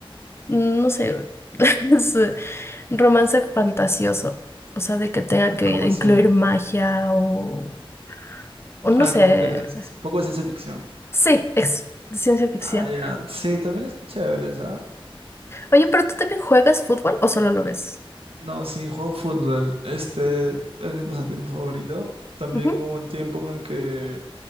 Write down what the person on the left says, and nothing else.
mm, no sé, <laughs> es eh, romance fantasioso, o sea, de que tenga
que
incluir magia o, o no
sé.
Sí, eso, de ciencia ficción.
Oye, pero tú también juegas fútbol o solo lo ves?
Ujú,